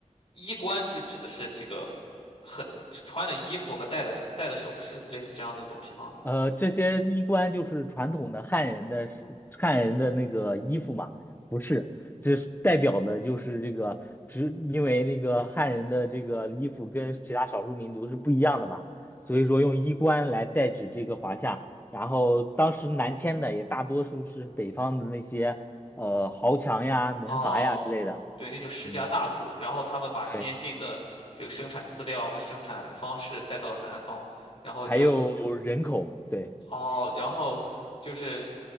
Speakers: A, on the left; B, on the left.
A: 衣冠，就指的是这个很穿的衣服和戴的戴的首饰，类似这样的东西吗？
B: 呃，这些衣冠就是传统的汉人的是汉人的那个衣服嘛，服饰，这是代表的就是这个，只因为那个汉人的这个衣服跟其他少数民族是不一样的嘛，所以说用衣冠来代指这个华夏。然后当时南迁的也大多数是北方的那些呃豪强呀、门阀呀之类的。
A: 哦，对，那就世家大族，
B: 嗯，
A: 然后他们把先进的这个生产资料和生产方式带到了南方，
B: 对。
A: 然后就
B: 还有人口，对，
A: 哦，然后就是